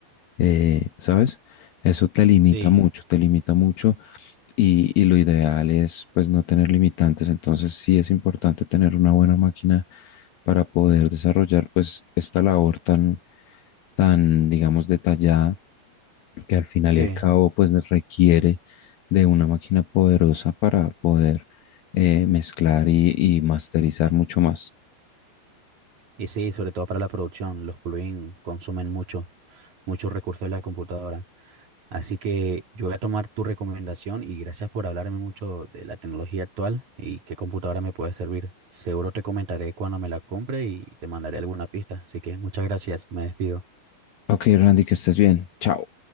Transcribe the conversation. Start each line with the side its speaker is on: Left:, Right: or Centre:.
Left: eh, ¿sabes? Eso te limita
Right: Sí,
Left: mucho, te limita mucho y, y lo ideal es pues no tener limitantes, entonces sí es importante tener una buena máquina para poder desarrollar pues esta labor tan, tan digamos detallada que al final
Right: sí.
Left: y al cabo pues nos requiere de una máquina poderosa para poder eh, mezclar y, y masterizar mucho más.
Right: Y sí, sobre todo para la producción, los plugins consumen mucho, muchos recursos de la computadora. Así que yo voy a tomar tu recomendación y gracias por hablarme mucho de la tecnología actual y qué computadora me puede servir. Seguro te comentaré cuando me la compre y te mandaré alguna pista. Así que muchas gracias, me despido.
Left: Ok, Randy, que estés bien. Chao.